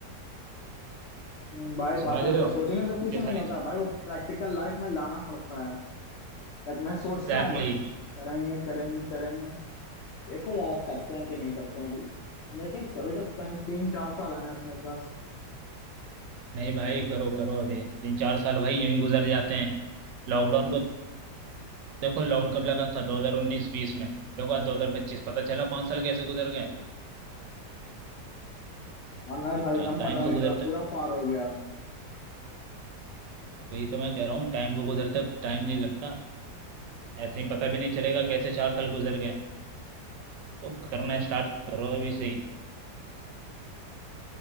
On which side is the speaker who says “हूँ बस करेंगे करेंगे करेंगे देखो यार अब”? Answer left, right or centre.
Left